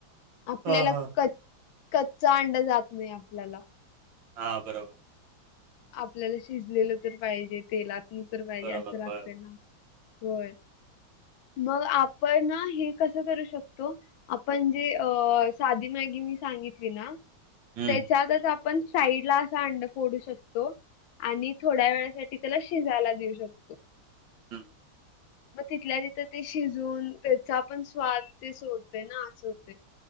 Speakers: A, on the left; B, on the right.
A: आपल्याला
B: हां, हां.
A: क कच्चा अंडा जात नाही आपल्याला.
B: हा बरोबर.
A: आपल्याला शिजलेलं तर पाहिजे तेलात तर पाहिजे
B: बरोबर.
A: असं लागत.
B: होय, होय.
A: होय मग आपण ना हे कसं करू शकतो. आपण जे साधी मॅगी मी सांगितली ना.
B: हं,
A: त्याच्यातच आपण साईड ला असा अंड फोडू शकतो. तो आणि थोड्या वेळासाठी त्याला शिजायला देऊ शकतो.
B: हम्म!
A: मग तिथल्या तिथं ते शिजून त्याचा पण स्वाद ते सोडते ना असं होते.